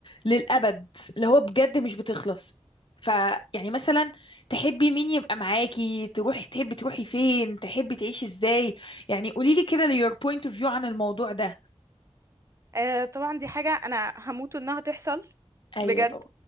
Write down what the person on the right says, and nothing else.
آه طبعا دي حاجه انا هموت انها تحصل
بجد